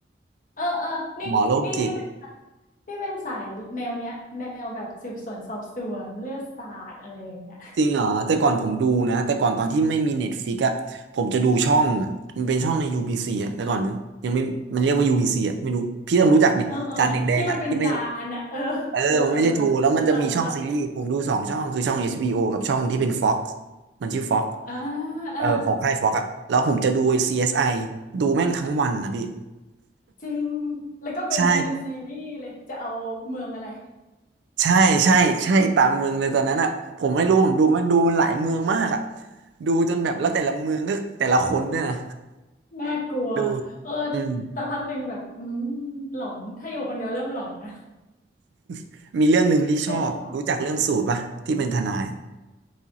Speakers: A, on the left (about 50°); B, on the right (about 75°).
A: เออเออนี่นี่นี่เป็น
B: หมอโรคจิต
A: นี่เป็นสายแนวเนี้ยแนวแบบสืบสวนสอบสวนเลือดสาดอะไรอย่างเงี้ย
B: จริงเหรอแต่ก่อนผมดูนะแต่ก่อนตอนที่ไม่มีเน็ตฟิกอ่ะผมจะดูช่องมันเป็นช่องใน UBC อ่ะแต่ก่อนยังไม่มันเรียกว่า UBC อ่ะไม่รู้พี่ต้องรู้จักดิจานแดงๆอ่ะที่ไม่
A: เออเออที่มันเป็นจานอะเออเออเออเออรู้จักรู้จัก
B: เออมันไม่ใช่ทูแล้วมันจะมีช่องซีรีส์ผมดูสองช่องคือช่อง HBO กับช่องที่เป็น Fox มันชื่อ Fox
A: อ่า
B: เออของค่าย
A: อ่า
B: Fox อ่ะแล้วผมจะดู CSI ดูแม่งทั้งวันนะพี่
A: จริงแล้วก็เป็นมีเป็นซีรีส์เลยจะเอาเมืองอะไร
B: ใช่ใช่ใช่ใช่ตามเมืองเลยตอนนั้นอ่ะผมไม่รู้ผมดูมันดูมันหลายเมืองมากอ่ะดูจนแบบแล้วแต่ละเมืองก็แต่ละคนด้วยนะ
A: น่ากลัว
B: ดู
A: เออ
B: อืม
A: สักพักหนึ่งแบบอืมหลอนถ้าอยู่คนเดียวเริ่มหลอนนะ
B: <laughs> มีเรื่องหนึ่งที่ชอบ
A: แต่ชอบ
B: รู้จักเรื่องสูตรป่ะที่เป็นทนาย